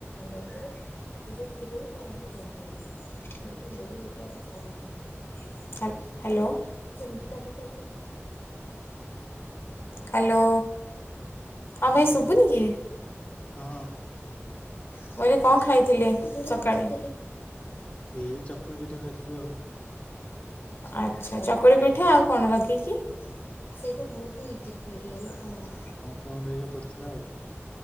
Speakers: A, on the left; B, on the left.
A: <unintelligible> ହାଲ୍, ହ୍ୟାଲୋ <unintelligible> ହ୍ୟାଲୋ, ହଁ
B: ହୁଁ
A: ଭାଇ ଶୁଭୁନି କି?
B: ହଁ
A: ମୁଁ କହିଲି କଣ ଖାଇଥିଲି ସକାଳେ?
B: ଏଇ ଚକୁଳି ପିଠା ଖାଇଥିଲୁ ଆଉ।
A: ଆଚ୍ଛା, ଚକୁଳି ପିଠା ଆଉ କଣ ଲଗେଇକି? ସେଇଟା ମୋର ବି ଏଜ୍ଜିଟ ହେଇଥିଲା ନା କଣ?
B: ତମର ଏଇଯୋଉ ପଡ଼ିଥିଲା ଆଉ।